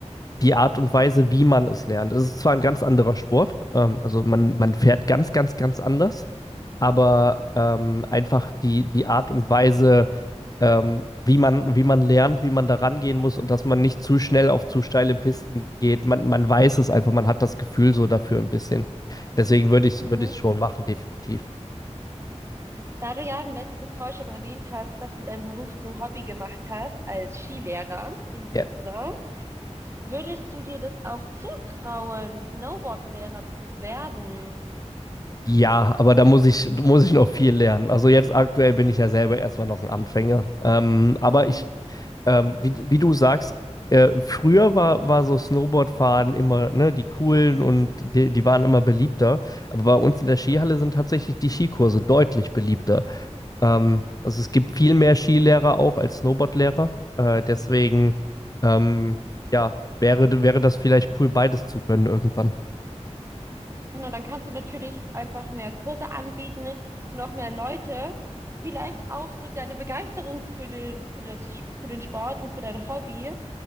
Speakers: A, on the left (about 30°); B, on the right (about 25°).
A: die Art und Weise, wie man es lernt. Es ist zwar ein ganz anderer Sport, ähm, also man, man fährt ganz, ganz, ganz anders, aber ähm, einfach die, die Art und Weise, ähm, wie man, wie man lernt, wie man da rangehen muss und dass man nicht zu schnell auf zu steile Pisten geht. Man, man weiß es einfach, man hat das Gefühl so dafür ein bisschen. Deswegen würde ich es
B: Mhm.
A: würde ich schon machen, definitiv.
B: Da du ja im letzten Call schon erwähnt hast, dass du deinen Beruf zum Hobby gemacht hast als Skilehrer in der
A: Ja.
B: Saison, Würdest du dir das auch zutrauen, Snowboardlehrer zu werden?
A: Ja, aber da muss ich, muss ich noch viel lernen. Also jetzt aktuell bin ich ja selber erstmal noch ein Anfänger. Ähm, aber
B: Mhm.
A: ich Ähm, wie, wie du sagst, äh, früher war, war so Snowboardfahren immer, ne, die coolen und die, die waren immer beliebter. Aber bei uns in der Skihalle sind tatsächlich die Skikurse deutlich beliebter. Ähm, also es gibt viel mehr Skilehrer auch als Snowboardlehrer. Äh, deswegen, ähm, ja, wäre, wäre das vielleicht cool, beides zu können irgendwann.
B: Genau, dann kannst du natürlich einfach mehr Kurse anbieten und auch mehr Leute. Vielleicht auch so deine Begeisterung für den, für das, für den Sport und für dein Hobby